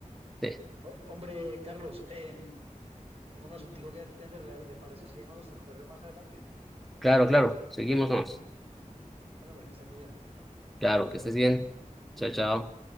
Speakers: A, in the centre; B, on the right (about 45°).
A: Sí,
B: Oh, hombre, Carlos, eh, tengo un asuntico que atender. ¿Le, le parece si seguimos nuestra conversación más adelante?
A: claro, claro, seguimos más.
B: Bueno, hombre, que esté muy bien.
A: Claro,
B: Hasta
A: que
B: luego.
A: estés bien. Chao, chao.